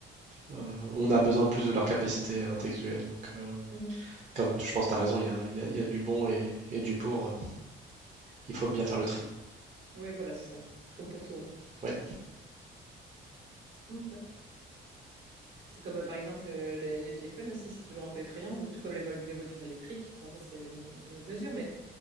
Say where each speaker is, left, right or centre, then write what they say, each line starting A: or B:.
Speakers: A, on the right; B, on the right.
A: euh, on a besoin plus de leur capacité intellectuelle. Donc, euh,
B: Mhm.
A: Comme t- je pense, que tu as raison, il y a, il y a- il y a du bon et, et du pour. euh, Il faut bien faire le tri.
B: Oui, voilà, c'est ça. Comme pour tout.
A: Oui,
B: Ok. C'est comme, euh, par exemple, euh, les, les téléphones aussi, c'est toujours un peu effrayant, tout comme les, vo- les voitures électriques. Bon, ça, c'est dans une autre mesure, mais